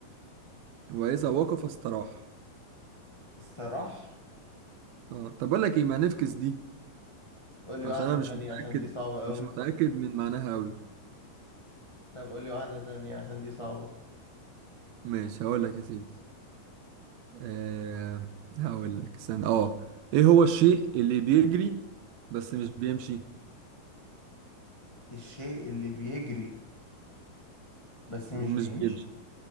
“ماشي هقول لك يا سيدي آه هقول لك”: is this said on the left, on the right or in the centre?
Right